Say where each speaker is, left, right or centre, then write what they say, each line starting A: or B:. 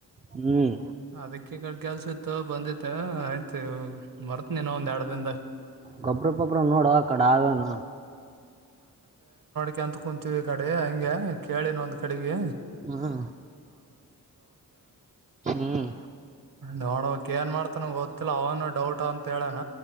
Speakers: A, on the right; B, on the right.
A: ಹ್ಮ್
B: ಅದಕ್ಕೆ‌ ಈ ಕಡಿ ಕೆಲ್ಸಿತ್ತು ಬಂದಿದೆ ಆಯ್ತ ಬರ್ತನಿ ಇನೊಂದ ಎರಡ ದಿನದಾಗ
A: ಗೊಬ್ಬರ್ ಪಬ್ರ ನೋಡೊ ಅ ಕಡ ಆದೇನ
B: ಕ ಅಂತ್ ಕುಂತವಿ ಈ ಕಡಿ ಹಂಗೆ ಕೇಳಿನ ಒಂದ್ ಕಡಿಗಿ
A: ಹಾ ಹ್ಮ್
B: ನೋಡಬೇಕ್ ಏನ್ ಮಾಡ್ತನ ಗೊತ್ತಿಲ್ಲ ಅವನು ಡೌಟ್ ಅಂತ ಕೇಳನ